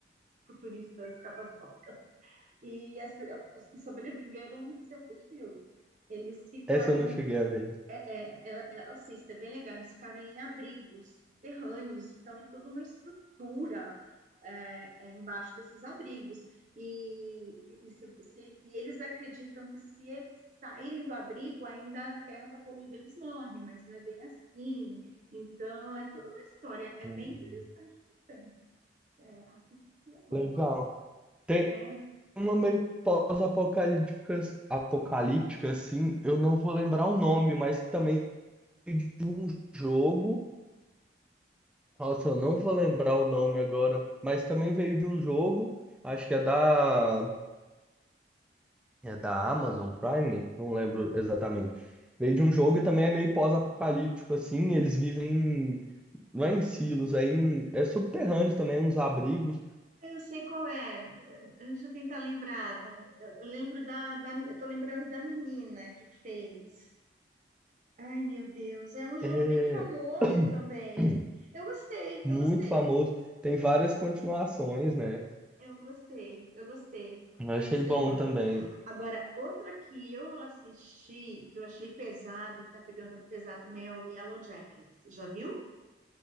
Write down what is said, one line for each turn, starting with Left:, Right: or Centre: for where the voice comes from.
Right: futuristas catastróficas. E as, pe- os que sobreviveram, você assistiu? Eles ficaram
Centre: Essa eu não cheguei a ver.
Right: é, é, é, é, assista, é bem legal. Eles ficaram em abrigos subterrâneos, então é toda uma estrutura é, é, embaixo desses abrigos. E, e, se, se, e eles acreditam que se eles saírem do abrigo, ainda a terra está poluída, eles morrem, mas não é bem assim. Então, é toda uma história, é
Centre: Uhum.
Right: bem interessante também. É, assiste que é boa,
Centre: Legal. Tem
Right: né?
Centre: uma meio pós-apocalíptica, apocalíptica, assim. Eu não vou lembrar o nome, mas que também é de um jogo. Nossa, eu não vou lembrar o nome agora, mas também veio de um jogo, acho que é da, é da Amazon Prime, não lembro exatamente. Veio de um jogo e também é meio pós-apocalíptico, assim, eles vivem, em- não é em silos, é, em, é subterrâneos também, uns abrigos,
Right: Eu sei qual é. Deixa eu tentar lembrar. tá? Eu eu lembro da, da, eu tô lembrando da menina que fez. Ai, meu Deus, é um jogo
Centre: é
Right: bem famoso também.
Centre: <clears throat>
Right: Eu gostei,
Centre: muito
Right: eu gostei,
Centre: famoso, tem várias continuações, né?
Right: eu gostei, eu gostei,
Centre: Eu achei
Right: eu gostei
Centre: bom
Right: muito.
Centre: também.
Right: Agora, outra que eu assisti, que eu achei pesada e que tá pegando pesado também é o Yellow Jackets. Já viu?